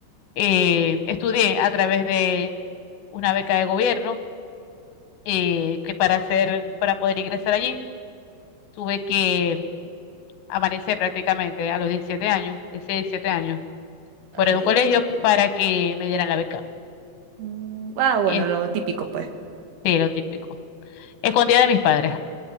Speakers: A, on the left; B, on the right.
A: eh, estudié a través de una beca de gobierno, eh, que para hacer, para poder ingresar allí, tuve que Amanecer prácticamente a los 17 años, 16, 17 años, fuera
B: Ok.
A: de un colegio para que me dieran la beca.
B: Mm, ah, bueno,
A: Y este,
B: lo típico, pues.
A: lo típico. Escondida de mis padres.